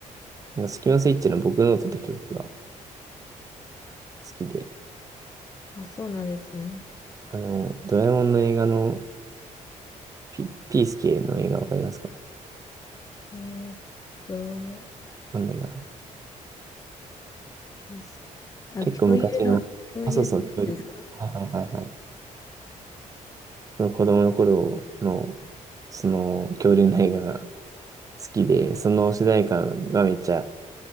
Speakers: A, on the right; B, on the left.
A: なんかスキマスイッチの僕ノートって曲が好きで、
B: あ、そうなんですね。
A: あの、ドラえもんの映画のピ、ピースケの映画わかりますかわ
B: えーっと、
A: かんないかな。
B: ピース。あ、
A: 結構昔の、
B: 共有の、共有のやつですか
A: あ、そうそう、恐竜はいはいはいはい。その子供の頃の、その恐竜の映画が好きで、その主題歌がめっちゃ好